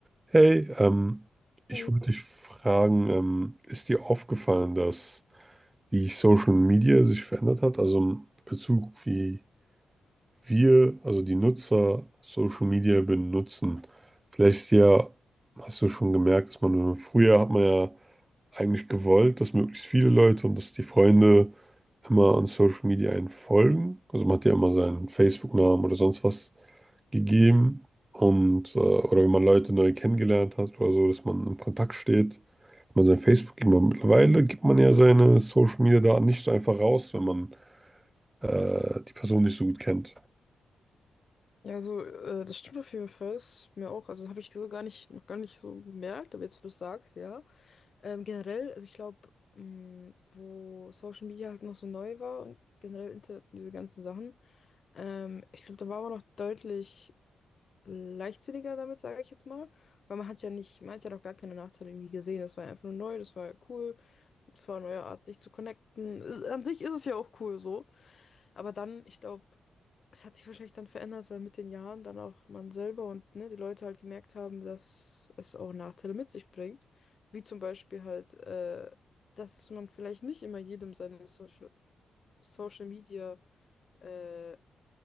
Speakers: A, on the right; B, on the left.
A: Hey, ähm, ich
B: Ey.
A: wollte dich fragen, ähm, ist dir aufgefallen, dass wie Social Media sich verändert hat, also im Bezug wie wir, also die Nutzer, Social Media benutzen? Vielleicht ist ja, hast du schon gemerkt, dass man früher hat man ja eigentlich gewollt, dass möglichst viele Leute und dass die Freunde immer an Social Media einen folgen. Also man hat ja immer seinen Facebook-Namen oder sonst was gegeben und äh, oder wenn man Leute neu kennengelernt hat oder so, dass man im Kontakt steht, wenn man sein Facebook immer mittlerweile gibt man ja seine Social Media Daten nicht so einfach raus, wenn man äh, die Person nicht so gut kennt.
B: Ja, also, äh, das stimmt auf jeden Fall. Ist mir auch. Also, habe ich so gar nicht, noch gar nicht so bemerkt, aber jetzt, wo du es sagst, ja. Ähm, generell, also ich glaube, wo Social Media halt noch so neu war und generell Internet und diese ganzen Sachen, ähm, ich glaube, da war man noch deutlich leichtsinniger damit, sage ich jetzt mal. Weil man hat ja nicht, man hat ja noch gar keine Nachteile irgendwie gesehen. Das war ja einfach nur neu, das war ja cool, das war eine neue Art, sich zu connecten. Äh, An sich ist es ja auch cool so. Aber dann, ich glaube. Es hat sich wahrscheinlich dann verändert, weil mit den Jahren dann auch man selber und ne, die Leute halt gemerkt haben, dass es auch Nachteile mit sich bringt. Wie zum Beispiel halt, äh, dass man vielleicht nicht immer jedem seine Social, Social Media, äh,